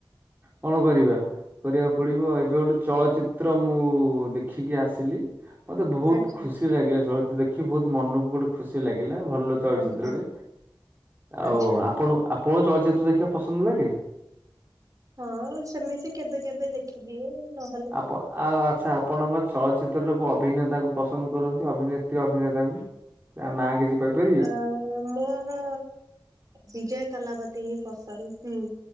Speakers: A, on the right; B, on the right.
A: କଣ କରିବା କରିବାକୁ ପଡି଼ବ ଏବେ ଗୋଟେ ଚଳଚିତ୍ର ମୁଁ ଦେଖେ। ଦେଖିକି ଆସିଲି ମତେ ବହୁତ
B: ଆଚ୍ଛା
A: ଖୁସି ଲାଗିଲା ଚଳିଚିତ୍ର ଦେଖ। ଦେଖି ବହୁତ ମନକୁ ଗୋଟେ ଖୁସି ଲାଗିଲା ଭଲ ଚଳଚିତ୍ରଟେ
B: ଆଚ୍ଛା
A: ଆଉ
B: ଆଚ୍ଛା
A: ଆ। ଆପଣ, ଆପଣ ଚଳଚିତ୍ର ଦେଖିବାକୁ ପସନ୍ଦ ଲାଗେ।
B: ହଁ ସେମିତି କେବେ, କେବେ ଦେଖିଦିଏ ନ।
A: ଆପ ଆ ଆ। ଆଚ୍ଛା ଆପଣଙ୍କ ଚଳଚିତ୍ରରେ କୋଉ ଅଭିନେତା କୁ ପସନ୍ଦ କରନ୍ତି ଅଭିନେତ୍ରୀ, ଅଭିନେତାଙ୍କୁ। ତା ନାଁ କିଛି କହିପା
B: ଅ ମୋର ବିଜୟ ଥାଲାପତୀ ହିଁ ପସନ୍ଦ ହୁଁ।